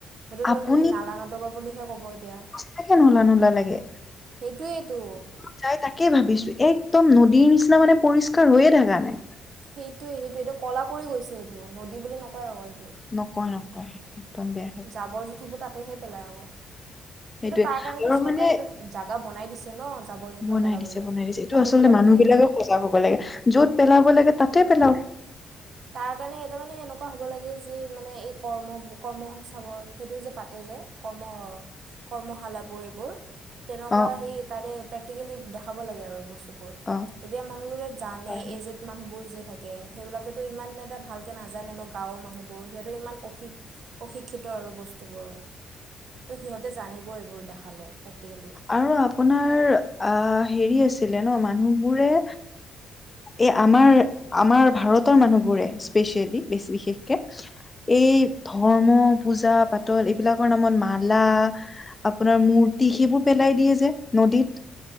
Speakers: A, on the right; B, on the left.
A: সেইটো
B: আপুনি
A: নালা নদবা বুলিহে কব এতিয়া।
B: তাকে নলা নলা লাগে।
A: সেইটোৱেইেতো।
B: চাই তাকে ভাবিছোঁ, একদম নদীৰ নিচিনা মানে পৰিষ্কাৰ হৈয়ে থকা নাই।
A: সেইটোৱে সেইটোৱে, এইটো কলা পৰি গৈছে এইটো নদী বুলি নকয় আকৌ এইটো।
B: নকয় নকয়, একদম বেয়া
A: ডাবৰ জোথবোৰ তাতেহে পেলাই আকৌ
B: সেইটোয়ে
A: কিন্তু তাৰ কাৰণো
B: আৰু
A: চৰকাৰে
B: মানে
A: এটা জাগা বনাই দিছে ন জাবৰ জোথৰ
B: বনাই
A: পেলাবলৈ
B: দিছে বনাই দিছে এইটো
A: তাতে
B: আচলতে
A: পেলাব
B: মানুহ
A: লাগে।
B: বিলাকে সজাগ হ'ব লাগে, য'ত পেলাব লাগে তাতে পেলাও।
A: তাৰ কাৰণে এটা মানে এনেকুৱা হ'ব লাগে যে মানে এই কৰ্ম কৰ্ম সংংস্থাপ সেইটো যে পাতে যে কৰ্ম-কৰ্মশালাবোৰ এইবোৰ। তেনেকুৱা
B: অ
A: সি তাতে প্ৰেক্টিকেলি দেখাব লাগে আৰু বস্তু বোৰ,
B: অ
A: এতিয়া মানুহবোৰে জানে
B: হয় হয়
A: এজ মানুহ বোৰ যে থাকে সেইবিলাক সেইো ইমান এটা ভালকে নাজানে ন গাঁৱৰ মানুহবোৰ সিহঁতে ইমান অক অশিক্ষিত আৰু বস্তুবোৰ, ত' সিহঁতে জানিব এইবোৰ দেখালে প্ৰেক্টিকেলি।
B: আৰু আপোনাৰ আহ হেৰি আছিলে ন' মানুহবোৰে এই আমাৰ আমাৰ ভাৰতৰ মানুহবোৰে স্পেচিয়েলি বেছ বিশেষকে এই ধৰ্ম, পূজা পাতল এইবিলাকৰ নামত মালা আপোনাৰ মূৰি টি সেইবোৰ পেলাই দিয়ে যে নদীত।